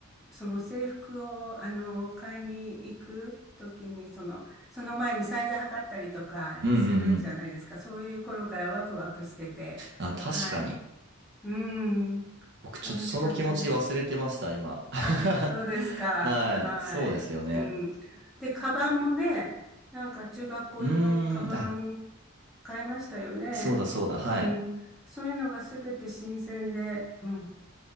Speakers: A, in the centre; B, on the right.
A: その制服を、あの、買いに行くときに、その、その前にサイズ測ったりとかするじゃないですか。
B: うんうんうん。
A: そういう頃からワクワクしてて、
B: あ、確かに。
A: はい。うん。
B: 僕ちょっとその気持ち忘れてました、
A: 楽しかったです。
B: 今。<laughs>
A: あ、そうですか。
B: はい。
A: はい。
B: そうですよね。
A: うん。で、カバンもね、なんか中学校用のカバン
B: うーん、あ、
A: 買いましたよね。
B: そうだそうだ。はい。
A: うん。そういうのがすべて新鮮で、うん。